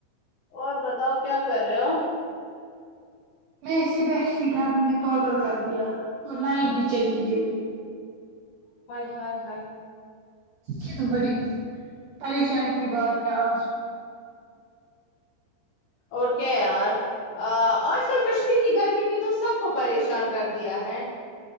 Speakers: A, on the left; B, on the right.
A: اور بتاؤ کیا کر رہے ہو
B: میں ایسے بیٹھی تھی گرمی نے پاگل کر دیا اور لائٹ بھی چلی گئی
A: ہاے ہاے ہاے
B: یہ تو بڑی پریشانی کی بات ہے آج
A: اور کیا یار ا آج کل کشمیر کی گرمی نے تو سب کو پریشان کر دیا ہے